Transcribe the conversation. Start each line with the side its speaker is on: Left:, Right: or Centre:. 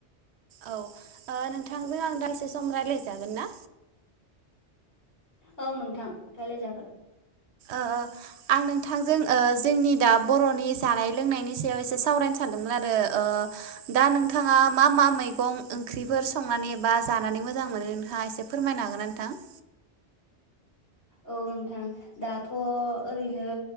Right: औ ओ नोंथांजों आं दान्दिसे सम रायज्लायजागोन ना।
Left: औ नोंथां रायलायजागोन।
Right: ओ आं नोंथांजों ओ। जोंनि दा बर'नि जानाय लोंनायनि <unintelligible> सावरायनो सानदोंमोन आरो ओ दा नोंथाङा मा मा मैगं ओंख्रिफोर संनानै बा जानानै मोजां मोनो नोंथाङा एसे फोरमायनो हागोना नोंथां।
Left: औ नोंथां दाथ' ओरैनो